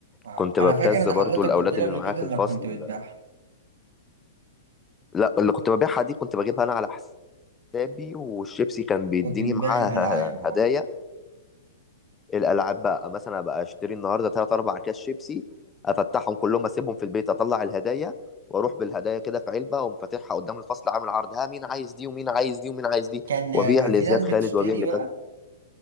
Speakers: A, on the right; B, on the left.
A: آه،
B: كنت
A: انا
B: ببتز
A: فاكر ان
B: برضو
A: حضرتك
B: الاولاد
A: قلت لي
B: اللي
A: قبل
B: معايا
A: كده
B: في
A: انك
B: الفصل
A: كنت بتبيعها
B: لا اللي كنت ببيعها دي كنت بجيبها انا على حسابي حسابي والشيبسي كان بيديني
A: كنت بتبيع
B: معاها
A: الالعاب اه
B: هدايا الالعاب بقى مثلا ابقى اشتري النهارده 3 4 كاس شيبسي افتحهم كلهم اسيبهم في البيت اطلع الهدايا واروح بالهدايا كده في علبه اقوم فاتحها قدام الفصل عامل عرض ها مين عايز دي ومين عايز دي ومين عايز دي
A: كان آه،
B: وابيع لزياد
A: في ناس بتشتري
B: خالد وابيع لكذا
A: بقى